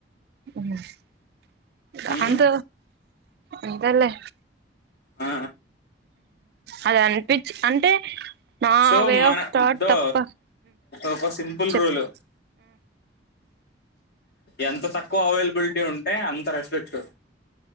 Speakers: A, on the right; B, on the left.
A: అవు <unintelligible>
B: ఉమ్
A: అంత అంతేలే
B: ఆ
A: అది అనిపించి అంటే నా
B: సో
A: వె
B: మన
A: ఆఫ్ తాట్
B: దో
A: తప్ప
B: ఒక సింపుల్
A: చెప్ప
B: రూల్ ఎంత తక్కువ అవైలబిలిటీ ఉంటే, అంత రెస్పెక్ట్.